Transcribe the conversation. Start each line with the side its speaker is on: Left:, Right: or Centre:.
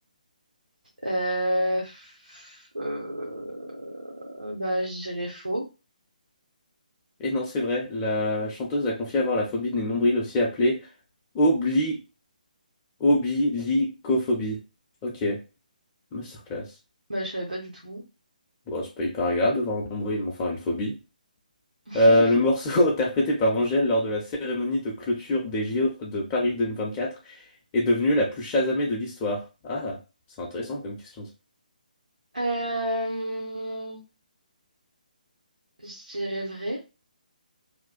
Right: Euh, pff, euh, bah je dirais faux.
Left: Et non, c'est vrai, la chanteuse a confié avoir la phobie des nombrils, aussi appelée obli... oblicophobie. Ok, masterclass.
Right: Bah je savais pas du tout.
Left: Bon, c'est pas hyper agréable d'avoir un nombril, mais enfin une phobie.
Right: <laughs>
Left: Euh, le morceau <laughs> interprété par Angèle lors de la cérémonie de clôture des JO de Paris 2024 est devenu la plus chasamée de l'histoire. Ah, c'est intéressant comme question
Right: Euh, je dirais vrai.